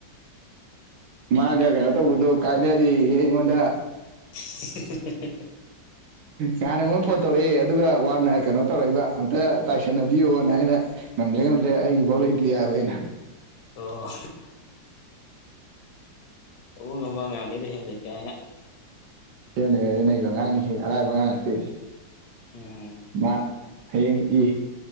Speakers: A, on the right (about 70°); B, on the left (about 70°).
A: ꯃꯥꯒ ꯀꯩꯅꯣ ꯇꯧꯕꯗꯣ ꯀꯥꯏꯅꯔꯦꯌꯦ ꯑꯩꯉꯣꯟꯗ
B: <inaudible>
A: ꯅꯍꯥꯟꯅ ꯑꯩꯉꯣꯟꯗ ꯐꯣꯟ ꯇꯧꯔꯛꯑꯦ ꯑꯗꯨꯒ ꯋꯥꯅ ꯀꯩꯅꯣ ꯇꯧꯔꯛꯏꯕ ꯑꯝꯇ ꯇꯥꯏꯁꯟꯅꯕꯤꯌꯣꯅ ꯑꯩꯅ ꯉꯝꯗ꯭ꯔꯦ ꯉꯝꯗ꯭ꯔꯦ ꯑꯩꯒꯤꯐꯥꯎ ꯂꯩꯇ꯭ꯗꯤ ꯍꯥꯏꯕ ꯑꯩꯅ
B: ꯑꯣ ꯇꯧꯕ ꯉꯝꯕ ꯑꯉꯥꯡꯅꯤꯗ ꯍꯦꯝꯂꯦꯠ ꯀꯥꯏꯅ
A: ꯍꯦꯝꯂꯦꯠ ꯀꯥꯏꯁꯦ ꯅꯩꯕ ꯑꯉꯥꯡꯅꯤ ꯍꯦ ꯑꯔꯥꯏꯕ ꯑꯉꯥꯡ ꯅꯠꯇꯦ
B: ꯎꯝ
A: <inaudible> ꯍꯌꯦꯡ ꯏ